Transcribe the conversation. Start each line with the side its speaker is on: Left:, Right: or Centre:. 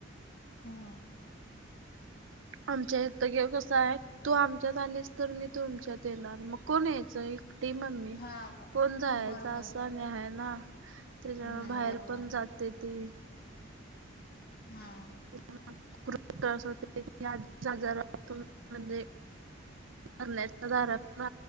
Left: हा.
Right: आमच्या इथं ग कसं आहे, तू आमच्यात आलीस तर मी तुमच्यात येणार, मग कोण यायचंय ती मम्मी
Left: हा
Right: कोण जायचा
Left: बरोबर
Right: असं आणि हाय ना. त्यांच्यामुळं
Left: हम्म
Right: बाहेर
Left: बरोबर
Right: पण जाते ती.
Left: हा.
Right: खुप त्रास होतोय ती आधीचं आजारातुन म्हणजे
Left: <unintelligible>
Right: मरण्याच्या दारातून